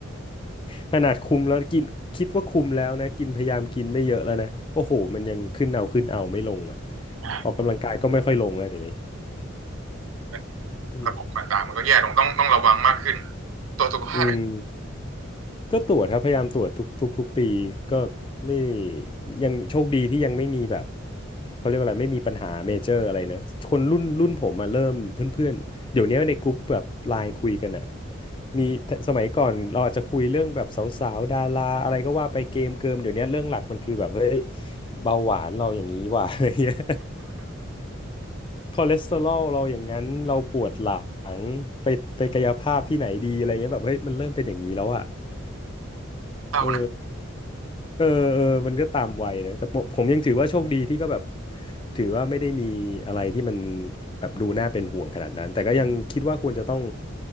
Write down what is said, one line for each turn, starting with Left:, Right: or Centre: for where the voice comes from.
Left: <laughs> ขนาดคุมแล้วกินคิดว่าคุมแล้วนะกินพยายามกินไม่เยอะแล้วนะโอ้โหมันยังขึ้นเอาขึ้นเอาไม่ลงอ่ะ
Right: อ่า
Left: ออกกำลังกายก็ไม่ค่อยลงแล้วเดี๋ยวนี้
Right: เหมือน
Left: อืม
Right: ระบบต่างๆมันก็แย่ลงต้องต้องระวังมากขึ้น ตัวจสุขภาพเป็น
Left: อืม ก็ตรวจครับพยายามตรวจทุกทุกทุกปีก็ไม่ยังโชคดีที่ยังไม่มีแบบเขาเรียกว่าอะไรไม่มีปัญหาเมเจอร์อะไรนะคนรุ่นรุ่นผมมาเริ่มเพื่อนๆเดี๋ยวนี้ในกลุ่มแบบไลน์คุยกันอะมีสมัยก่อนเราอาจจะคุยเรื่องแบบสาวๆดาราอะไรก็ว่าไปเกมเกิมเดี๋ยวนี้เรื่องหลักมันคือแบบเฮ้ยเบาหวานเราอย่างนี้ว่ะ <laughs> อะไรเงี้ยคอเลสเตอรอลเราอย่างนั้นเราปวดหลังไปไปกายภาพที่ไหนดีอะไรเงี้ยแบบเฮ้ยมันเริ่มเป็นอย่างนี้แล้วอะ
Right: เศร้านะ
Left: เออ เออเออมันก็ตามวัยนะแต่ผมผมยังถือว่าโชคดีที่ก็แบบถือว่าไม่ได้มีอะไรที่มันแบบดูน่าเป็นห่วงขนาดนั้นแต่ก็ยังคิดว่าควรจะต้อง